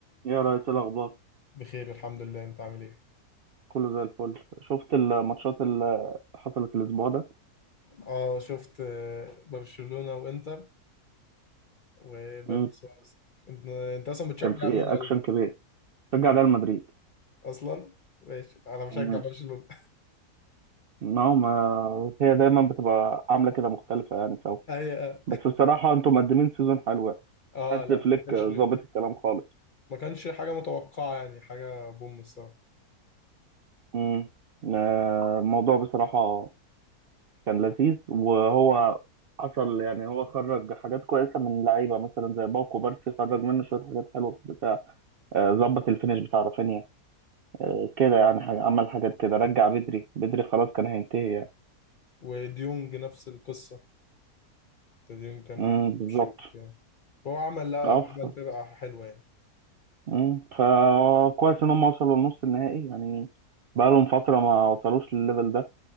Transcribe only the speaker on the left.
بخير الحمد لله انت عامل ايه
اه شفت آه، برشلونة وانتر وباريس
سواريز انت انت اصلا بتشجع
مين ولا
اصلا ماشي انا بشجع
برشلونة
<laughs>
اي
اه
لا
ما كانش
ما كانش حاجة متوقعة يعني حاجة بوم الصراحة
وديونج نفس القصة ديونج كان
عايز
يمشي وبتاع هو عمل لا
عمل
فرقة حلوة يعني